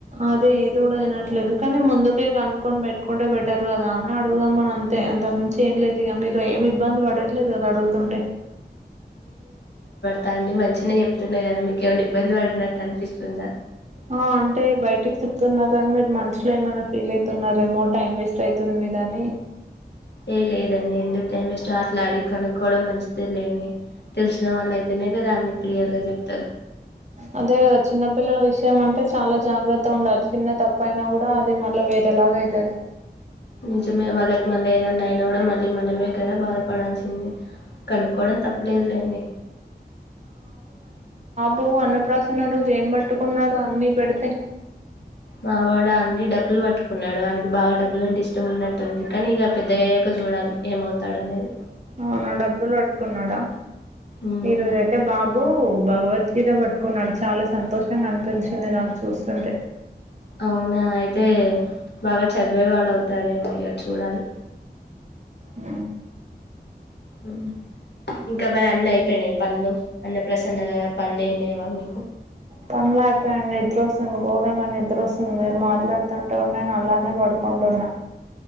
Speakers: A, on the right (about 45°); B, on the left (about 85°).
A: అదే ఏది కూడా తినట్లేదు కానీ ముందుకే కనుక్కొని పెట్టుకుంటే బెటర్ కదా అని అడుగుదాం అని అంతే అంతకుమించి ఏం లేదు ఇక మీరు ఏమి ఇబ్బంది పడట్లేదు కదా అడుగుతుంటే
B: తాండి మంచిగానే చెప్తున్నా కదా మీకు ఏమైనా ఇబ్బంది పడినట్టు అనిపిస్తుందా
A: ఆ అంటే బయటికి చెప్తున్నారు గని మీరు మనుసులో ఏమైనా ఫీల్ అయితున్నారేమో టైం వేస్ట్ అయితుంది మీదని
B: ఏ లేదండి ఎందుకు టైం వేస్ట్ ఆట్లా అడిగి కనుక్కోవడం మంచిది తెలియండి తెలిసిన వాళ్ళ అయి అయితనే గదా అండి క్లియర్గా చెప్తరు
A: అదే కదా చిన్నపిల్లల విషయం అంటే చాలా జాగ్రత్త ఉండాలి చిన్న తప్ప అయినా కూడా అది మళ్ళా వేరేలాగ అయితది
B: నిజమే వాళ్ళకి మళ్ళ ఏదన్నా అయినా కూడా మళ్ళీ మనమే కదా బాధపడాల్సింది కనుక్కోవడం తప్పులేదులేండి
A: రో అన్నప్రాసన రోజు ఏం పట్టుకున్నాడు అన్నీ పెడితే
B: మావాడ అండి డబ్బులు పట్టుకున్నాడు ఆనికి బాగా డబ్బులు అంటే ఇష్టం ఉన్నట్టుంది కానీ ఇగ పెద్దగ అయ్యాక చూడాలి ఏమవుతాడు అనేది
A: అవునా డబ్బులు పట్టుకున్నాడా
B: ఉమ్,
A: ఈ రోజై అయితే బాబు బో భగవద్గీత పట్టుకున్నాడు చాలా సంతోషంగా అనిపించింది నాకు చూస్తుంటే
B: అవునా అయితే బాగా చదివేవాడు అవుతాడేమో ఇగ చూడాలి
A: అ
B: ఉ ఇంకా మరి అన్నీ అయిపెనయ పనులు అన్న ప్రసన్న కదా పనులు ఏం లేవా మీకు
A: పనులు అయిపోయా నిద్ర వస్తుంది ఘోరంగా నిద్ర వస్తుంది మీరు మాట్లాడుతుంటే నేను అలానే పడుకుంటున్నా